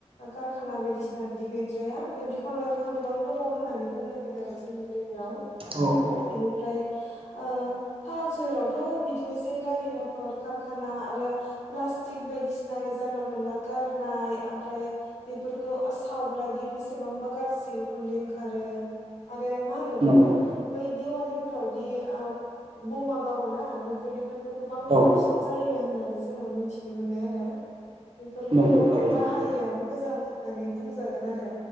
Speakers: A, on the left (about 75°); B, on the right (about 50°).
A: काराना बायदिसि ना बिदि गैद्राया माने बिफां लाइफां गोबां दङ होननानै बुंनांगोन आरो जोंनि जायगायाव
B: औ औ
A: बिनिफ्राय ओ टाउन सोहोरावथ' बिदिनोसै गारि मथर कारखाना आरो प्लास्टिक बायदिसिना जानला मोनला गारनाय ओमफ्राय बेफोरखौ सावब्लादि बेसेबांबा गाज्रि उखुन्दै ओंखारो आरो मा होनो बेखौ
B: नंगौ
A: बै देवालिफोरावदि बमा गावो ना बेफोरदि बेफोरबो गोबां
B: औ
A: पलिुसन जायो होननानै जोङो मिथिनो मोनो आरो बेफोरखौ
B: नंगौ थारैनो
A: बाहायैआनो
B: औ
A: मोजां होननानै बुंजागोन आरो